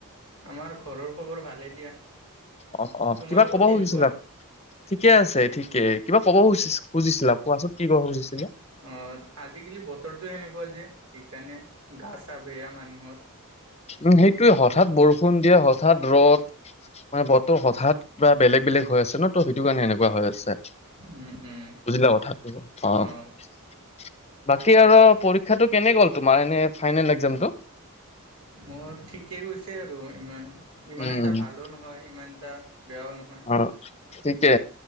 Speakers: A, on the right; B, on the left.
A: আমাৰ ঘৰৰ খবৰ ভালে দিয়া।
B: অ'- অ',
A: তোমালোকৰ
B: কিবা কব
A: কেনেকুৱা
B: খুজিছিলা? ঠিকে আছে, ঠিকে কিবা কব খুজি- খুজিছিলা, কোৱাচোন কি কব খুজিছিলা?
A: অ, ' আজিকালি বতৰটো সেনেকুৱা যে, সেইকাৰণে গা চা বেয়া মানুহৰ।
B: উম, সেইটোৱে হঠাৎ বৰষুণ দিয়ে, হঠাৎ ৰ'দ মানে বতৰ হঠাৎ বা বেলেগ বেলেগ হৈ আছে ন। ত সেইটো কাৰণে এনেকুৱা হৈ আছে।
A: উম উম
B: বুজিলা কথাটো। অ'।
A: অঁ
B: বাকী আৰু পৰীক্ষাটো কেনে গ'ল তোমাৰ, এনে ফাইনেল একজামটো?
A: মোৰ ঠিকেই গৈছে আৰু। ইমান- ইমান
B: উম।
A: এটা ভালো নহয় ইমান এটা বেয়াও নহয়
B: অ। ঠিকে,